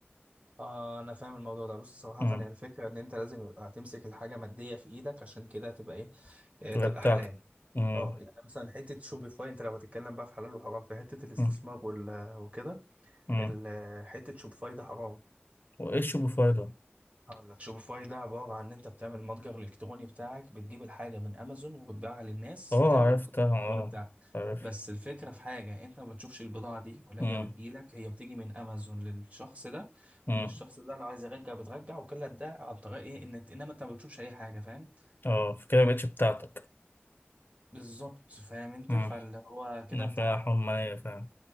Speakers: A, on the right; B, on the left.
A: اه انا فاهم الموضوع ده بص صراحة
B: امم
A: هي الفكرة ان انت لازم يبقى هتمسك الحاجة مادية في ايدك عشان كده هتبقى ايه آه،
B: تبقى
A: تبقى
B: بتاعتك
A: حلال
B: امم
A: اه يعني مثلا حتة شوبيفاي انت لو هتتكلم بقى في حلال وحرام في حتة الاستثمار
B: امم
A: وال- وكده
B: امم
A: ال- حتة شوبيفاي ده حرام
B: وايش بفايده
A: هقول لك شوبيفاي ده عبارة عن إن أنت بتعمل المتجر الإلكتروني بتاعك بتجيب الحاجة من أمازون وبتبيعها للناس
B: اه
A: بتعمل
B: عرفتها
A: المتجر الإلكتروني
B: اه
A: بتاعك
B: عارف
A: بس الفكرة في حاجة أنت ما بتشوفش البضاعة دي ولا
B: امم
A: هي بتجيلك هي بتيجي من أمازون للشخص ده
B: امم
A: ومن الشخص ده لو عايز يرجع بترجع وكل ده عن طريق إيه إن إنما أنت ما بتشوفش أي حاجة فاهم
B: اه فكده مبقتش بتاعتك
A: بالظبط فاهم أنت
B: امم
A: فاللي هو كده أنت
B: فيها
A: حر
B: حرمانية فعلا